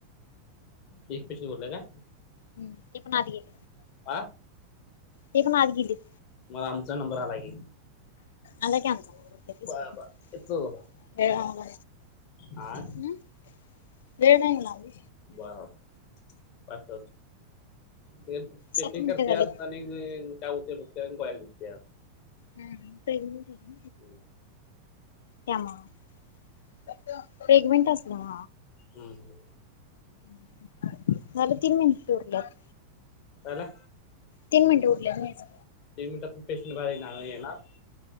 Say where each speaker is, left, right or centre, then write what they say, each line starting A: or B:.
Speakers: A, on the left (about 40°); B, on the left (about 60°).
A: एक पेशंट उरलाय का?
B: हूं ते पण आत गेल.
A: आ
B: ते पण आत गेलीत.
A: मग आमचा नंबर आला की,
B: आला की आमचा नवरा
A: बर बर येतो बघा
B: आला
A: हा
B: म् वेळ नाही लावली
A: बारा फास्ट ते चेकिंग
B: सात मिनिटे
A: करत्यात
B: झालेत.
A: आणि काय उतय बघत्यात आणि कोयला बघते
B: हम्म
A: हम्म
B: त्यामुळ पेगमेंट जमा
A: हम्म हम्म
B: <inaudible> झालं तीन मिनिट उरल्यात
A: कायला
B: तीन मिनट उरल्यावर न्यायचं
A: तीन मिनिटात पेशंट बाहेर येना येणार